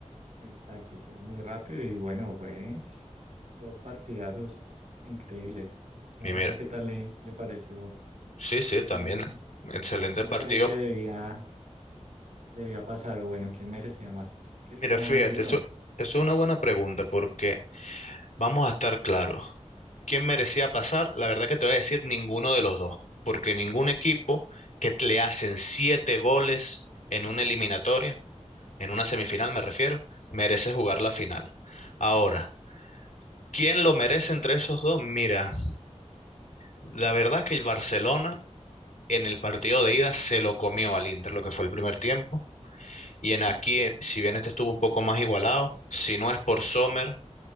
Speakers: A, on the right (about 80°); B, on the left (about 80°).
A: exacto, estuvo muy rápido y bueno, fue dos partidazos increíbles. A
B: Y
A: José,
B: mira,
A: ¿qué tal le, le pareció?
B: sí, sí, también.
A: ¿Quién,
B: Excelente
A: quién
B: partido.
A: cree que debía, debía pasar o bueno, quién merecía más? Que
B: Mira,
A: estaba
B: fíjate,
A: duro.
B: eso, eso es una buena pregunta porque vamos a estar claros. ¿Quién merecía pasar? La verdad que te voy a decir ninguno de los dos, porque ningún equipo que t- le hacen siete goles en una eliminatoria, en una semifinal me refiero, merece jugar la final. Ahora, ¿quién lo merece entre esos dos? Mira, la verdad que el Barcelona En el partido de ida se lo comió al Inter, lo que fue el primer tiempo. Y en aquí, eh, si bien este estuvo un poco más igualado, si no es por Sommer,